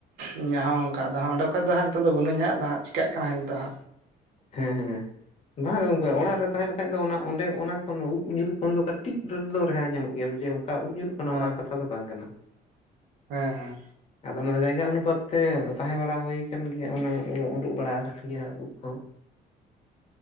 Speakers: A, on the right; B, on the left.
A: ᱤᱧᱟᱹᱜ ᱦᱚᱸ ᱚᱱᱠᱟ ᱟᱫᱚ ᱦᱟᱸᱜ ᱚᱰᱮ ᱠᱷᱚᱡ ᱫᱚ ᱦᱟᱸᱜ ᱱᱤᱛᱚᱜ ᱫᱚ ᱵᱟᱹᱱᱩᱧᱟ᱾ ᱟᱫᱚ ᱦᱟᱸᱜ ᱪᱤᱠᱟᱹᱜ ᱠᱟᱱᱟ ᱦᱟᱸᱜ ᱱᱤᱛᱚᱜ ᱦᱟᱸᱜ᱾
B: ᱦᱮᱸ ᱦᱮᱸ ᱵᱟᱝ ᱜᱚᱝᱠᱮ
A: ᱦᱩᱸ
B: ᱚᱲᱟᱜ ᱨᱮ ᱛᱟᱦᱮ ᱞᱮ ᱠᱷᱟᱡ ᱫᱚ ᱚᱱᱟ ᱚᱸᱰᱮ ᱚᱱᱟ ᱠᱷᱚᱱ ᱦᱚᱸ ᱩᱵ ᱧᱩᱨᱩ ᱠᱷᱚᱱ ᱫᱚ ᱠᱟᱹᱴᱤᱡ ᱨᱮᱫᱚ ᱨᱮᱦᱟᱭ ᱧᱟᱢᱚᱜ ᱜᱮᱭᱟ ᱡᱮ ᱚᱱᱠᱟ ᱩᱵ ᱧᱩᱨᱩᱜ ᱠᱷᱚᱱᱟ
A: ᱦᱳᱭ
B: ᱚᱱᱟ ᱚᱱᱟ ᱠᱟᱛᱷᱟ ᱫᱚ ᱵᱟᱝ ᱠᱟᱱᱟ᱾
A: ᱦᱮᱸ ᱦᱮᱸ᱾
B: ᱟᱫᱚ ᱚᱱᱟᱫᱚ ᱡᱟᱭᱜᱟ ᱚᱱᱩᱯᱟᱛ ᱛᱮ ᱛᱟᱦᱮᱸ ᱵᱟᱲᱟ ᱦᱩᱭ ᱠᱟᱱ ᱜᱮᱭᱟ ᱚᱱᱟ ᱩᱰᱩᱠ ᱵᱟᱲᱟ ᱟᱠᱟᱱ ᱜᱮᱭᱟ ᱩᱵ ᱠᱚᱦᱚᱸ᱾